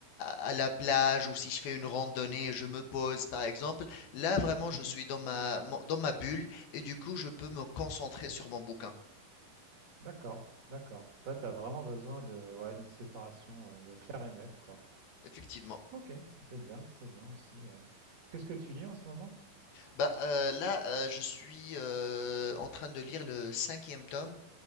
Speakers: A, on the left; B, on the right.
A: à la plage ou si je fais une randonnée, je me pose, par exemple. Là, vraiment,
B: mhm.
A: je suis dans ma mon dans ma bulle et du coup, je peux me concentrer sur mon bouquin,
B: D'accord, d'accord. Toi, t'as vraiment besoin de, ouais, d'une séparation euh, de claire et nette, quoi.
A: effectivement.
B: Ok, c'est bien, c'est bien aussi, ouais. Et Qu'est-ce que tu lis en ce moment?
A: Bah, heu, là, heu, je suis, heu, en train de lire le cinquième tome,